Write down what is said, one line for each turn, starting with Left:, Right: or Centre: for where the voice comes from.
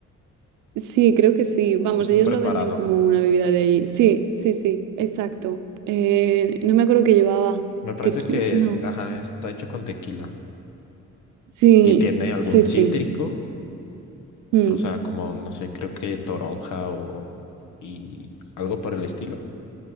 Right: sí, creo que sí. Vamos,
Left: Es
Right: ellos
Left: un preparado.
Right: lo venden como una bebida de allí. Sí, sí, sí, exacto. Eh, no me acuerdo que llevaba
Left: Me parece
Right: tequila,
Left: que,
Right: no.
Left: ajá, está hecho con tequila
Right: Sí,
Left: y tiene algún
Right: sí, sí.
Left: cítrico,
Right: Mm,
Left: o sea, como, no sé, creo que toronja o y algo por el estilo